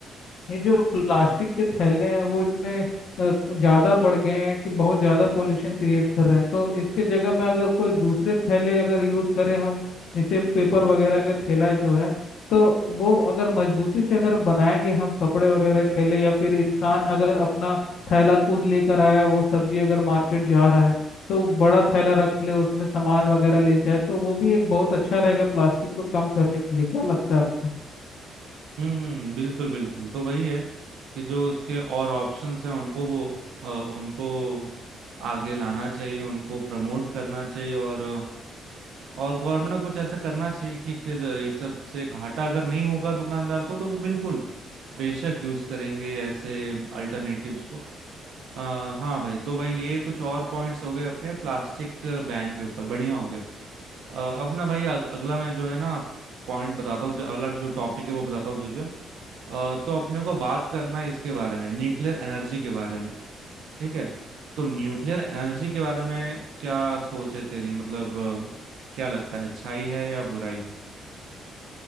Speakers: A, on the left; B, on the right.
A: ये जो प्लास्टिक के थैले हैं वो इतने अ, ज्यादा बढ़ गए हैं कि बहुत ज्यादा पोल्यूशन क्रिएट कर रहे हैं तो इसके जगह में अगर कोई दूसरे थैले अगर यूज करें हम जैसे पेपर वगैरह का थैला जो है तो वो अगर मजबूती से अगर बनाएंगे हम कपड़े वगैरह के थैले या फिर इंसान अगर अपना थैला खुद लेकर आया वो सब्जी अगर मार्केट जा रहा है तो बड़ा थैला रख ले उसमें सामान वगैरह ले जाए तो वो भी एक बहुत अच्छा रहेगा प्लास्टिक को कम करने के लिए क्या लगता है आपको
B: हम्म हम्म, बिल्कुल बिल्कुल तो वही है कि जो उसके और ऑप्शंस हैं उनको वो अ, उनको आगे लाना चाहिए उनको प्रमोट करना चाहिए और और गवर्नमेंट को कुछ ऐसा करना चाहिए कि फिर ये सब से घाटा अगर नहीं होगा दुकानदार को तो वो बिल्कुल बेशक यूज करेंगे ऐसे अल्टरनेटिव्स को आ, हाँ भाई तो भाई ये कुछ और पॉइंट्स हो गए अपने प्लास्टिक बैन के ऊपर बढ़िया हो गए अ, अब ना भाई अग, अगला मैं जो है ना पॉइंट बताता हूँ जो अगला जो टॉपिक है वो बताता हूँ तुझे अ, तो अपने को बात करना है इसके बारे में न्यूक्लियर एनर्जी के बारे में ठीक है तो न्यूक्लियर एनर्जी के बारे में क्या सोच है तेरी मतलब अ, क्या लगता है अच्छाई है या बुराई है